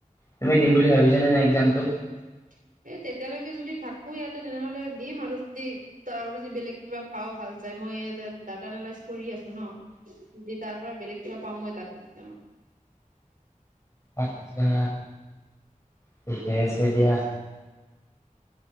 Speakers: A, on the left; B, on the right.
A: তুমি দিম বুলি ভাবিছানে নে এক্সামটো
B: <unintelligible> এ তেতিয়ালৈকে যদি থাকো ইয়াতে তেনেহলে দিম আৰু যদি ত আ যদি বেলেগ কিবা পাও ভাল তাই মই ডাটা নালাইজ কৰি আছো ন যদি তাৰ পৰা বেলেগ কিবা পাওঁ মই তাত গুি চি যাম <unintelligible>
A: আত্ছা ঠিকে আছে দিয়া